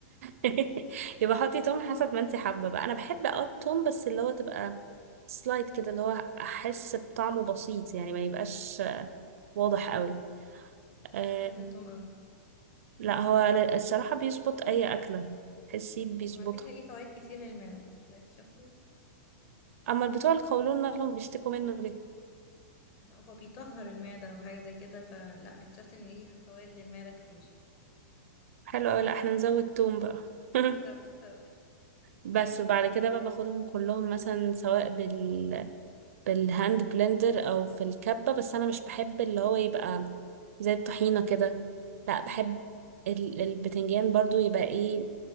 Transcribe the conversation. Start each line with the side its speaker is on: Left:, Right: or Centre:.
Right: <laughs> يبقى حطي توم حسب ما انت حابة بقى انا بحب اه التوم بس اللي هو تبقى سلايد كده اللي هو احس بطعمه بسيط يعني ما يبقاش واضح قوي
Left: لا
Right: آه
Left: انا بحب التوم قوي
Right: لا هو الصراحة بيظبط اي اكلة حسيت بيظبطها
Left: لا، وعلى فكرة ليه فوائد كتير للمعدة ده اكتشفته
Right: اما بتوع القولون مالهم بيشتكوا منه ليه
Left: عشان هو بيطهر المعدة او حاجة زي كده فلا اكتشفت ان ليه فوائد للمعدة كتير
Right: حلو أوي لأ احنا نزود توم بقى <laughs>
Left: انت بت-
Right: بس وبعد كده بقى باخدهم كلهم مثلا سواء بال بالهاند بلندر او في الكبة بس انا مش بحب اللي هو يبقى زي الطحينة كده لا
Left: <laughs> مم،
Right: بحب
Left: مم.
Right: ال- البتنجان برضو يبقى ايه